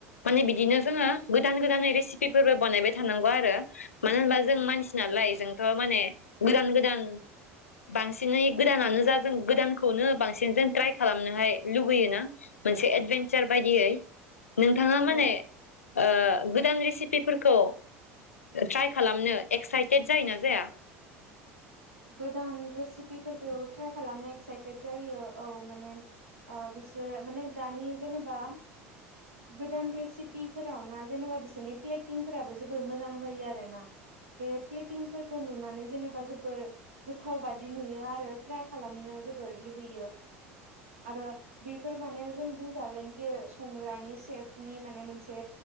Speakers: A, on the left; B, on the right.
A: माने बि बिदिनो जोङो गोदान गोदानै रेसिपिफोरबो बानायबाय थानांगौ आरो मानो होनबा जों मानसि नालाय जोंथ' माने गोदान गोदान बांसिनै गोदानानो जा जों गोदानखौनो बांसिन जों ट्राय खालामनोहाय लुगैयोना मोनसे एदभेनसार बायदियै नोंथाङा माने
B: औ
A: अ गोदान रेसिपिफोरखौ ट्राइ खालामनो एक्साइटेड जायोना जाया?
B: गोदान रेसिपिफोरखौ ट्राइ खालामनो एक्साइटेड जायो औ माने अ बिसोरो माने दानि जेनेबा गोदान रेसिपिफोराव ना जेनेबा बिसोरनि प्लेटिंफोराबो जोबोर मोजां जायो आरो ना बे प्लेटिंफोरखौ नुनानै जेनेबा जोबोर गोथावबादि नुयो आरो ट्राय खालामनो जोबोर लुुबैयो आरो बेफोर माने जों बुंजागोनखि संग्रानि सेफनि माने मोनसे